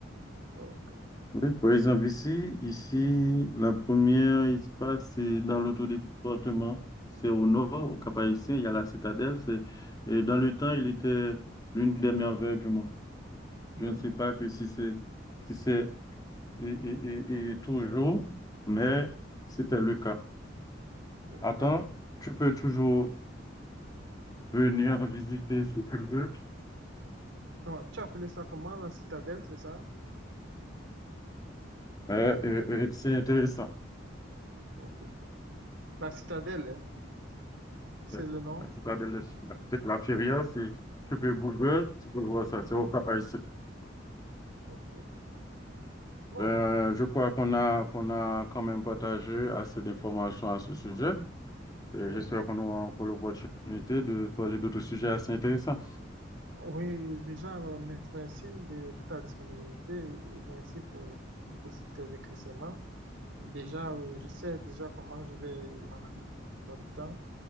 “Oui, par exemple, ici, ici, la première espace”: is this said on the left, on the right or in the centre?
Left